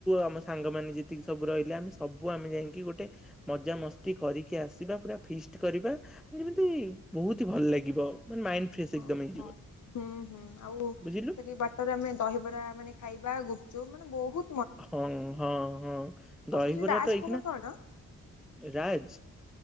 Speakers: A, in the centre; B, on the left (about 55°).
A: ଆମ ସାଙ୍ଗମାନେ ଯେତିକି ସବୁ ରହିଲେ ଆମେ ସବୁ ଆମେ ଯାଇଁକି ଗୋଟେ ମଜା ମସ୍ତି କରିକି ଆସିବା ପୁରା ଫିଷ୍ଟ କରିବା ଯେମିତି ବୋହୁତି ଭଲ ଲାଗିବ। ମାନେ ମାାଇଣ୍ଡ ଫ୍ରେସ୍ ଏକଦମ୍
B: ଓହୋ
A: ହେଇଯିବ।
B: ହୁଁ ହୁଁ ଆଉ
A: ବୁଝିଲୁ।
B: ସେଠି ବାଟରେ ଆମେ ଦହିବରା ମାନେ ଖାଇବା ଗୁପଚୁପ୍ ମାନେ ବୋହୁ
A: ହଁ ହଁ ହଁ
B: ଆଉ
A: ଦହିବରା
B: ସେ ଯୋଉ ରାଜ
A: ତ ଏଇକ୍ଷିଣା
B: ଖବର କଣ?
A: ରାଜ୍